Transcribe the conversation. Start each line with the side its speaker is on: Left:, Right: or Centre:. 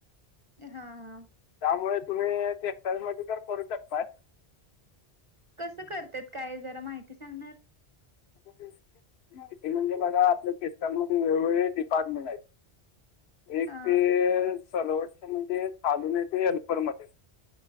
Right: हा हा.
Left: त्यामुळे तुम्ही ते टेक्सटाइल मध्ये तें करू शकताय.
Right: कस करतात काय जरा माहिती सांगणार?
Left: इथ म्हणजे बघा आपल्या किस्तांमध्ये वेगवेगळे डिपार्टमेंट आहेत? एक
Right: हा
Left: ते चालून येते एल्परमध्येध्ये